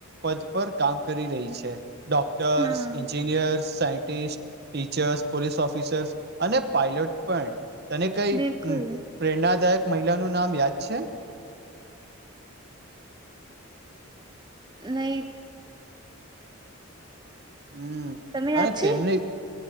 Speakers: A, on the right; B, on the right.
A: પદ પર કામ કરી રહી છે. ડોક્ટર્સ
B: હા
A: ઈન્જી. Engineer scientist teachers police officers અને પાયલોટ પણ. તને કઈ
B: બિલકુલ
A: પ્રેરણાદાયક મહિલાનું નામ યાદ છે.
B: નહી.
A: હમ
B: તમે યાદ
A: અને
B: છે
A: તેમને.